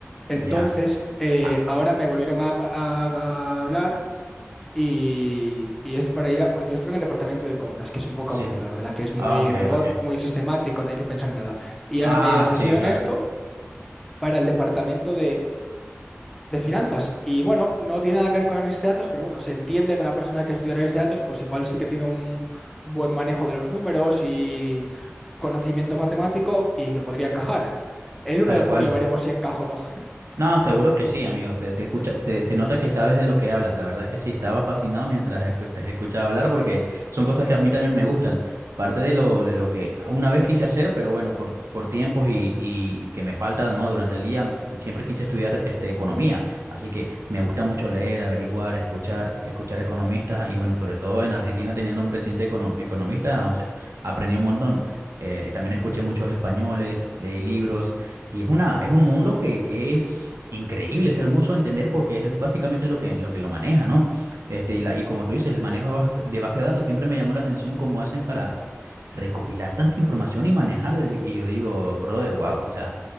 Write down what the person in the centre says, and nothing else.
Entonces,
eh,
ahora me volvieron a, a- a hablar y, y es para ir a, porque yo estoy en el departamento de compras, que es un poco
aburrido, la verdad, que es muy
robot,
muy sistemático, no hay que pensar en nada. Y
ahora me ofrecieron
esto para el departamento de finanzas. Y bueno, no tiene nada que ver con análisis de datos, pero bueno, se entiende que una persona que estudia análisis de datos, pues igual sí que tiene un buen manejo de los números y conocimiento matemático y que podría encajar. El
1 de junio
veremos si encaja o no.